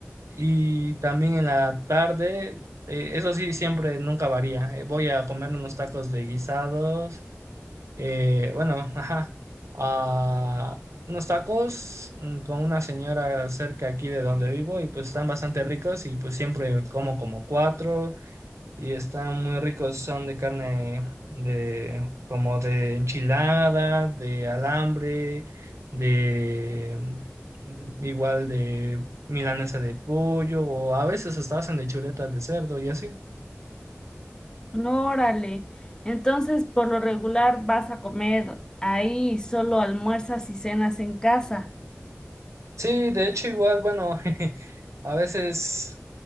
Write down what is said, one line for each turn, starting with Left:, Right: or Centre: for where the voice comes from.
Right: Y también en la tarde, eh, eso sí, siempre nunca varía. eh, voy a comer unos tacos de guisados. eh, bueno, <laughs> ajá. ah, unos tacos mm, con una señora cerca aquí de donde vivo y pues están bastante ricos y pues siempre como como cuatro y están muy ricos, son de carne de como de enchilada, de alambre, de mm, igual de milanesa de pollo o a veces hasta hacen de chuleta de cerdo y así.
Left: No, Órale. Entonces, por lo regular vas a comer ahí, y solo almuerzas y cenas en casa.
Right: Sí, de hecho igual, bueno, <laughs> a veces